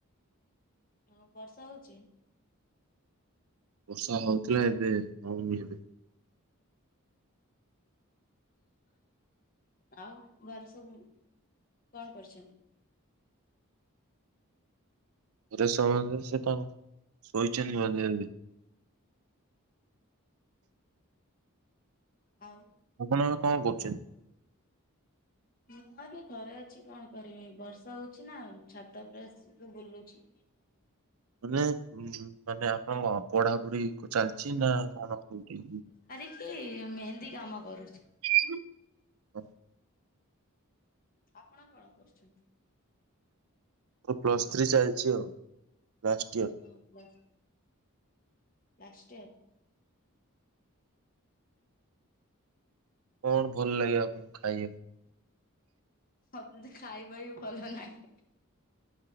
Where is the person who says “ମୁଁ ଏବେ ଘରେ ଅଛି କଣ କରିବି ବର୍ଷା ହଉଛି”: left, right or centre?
Left